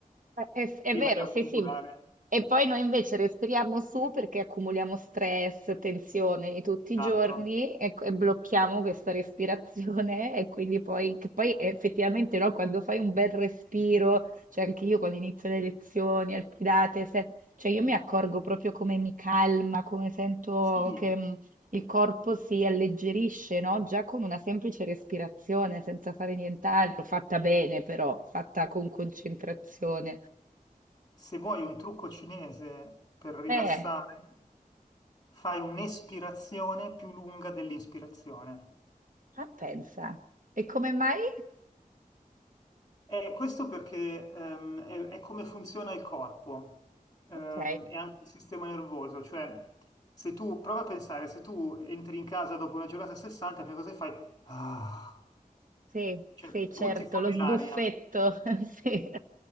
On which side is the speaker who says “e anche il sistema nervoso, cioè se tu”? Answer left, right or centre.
Left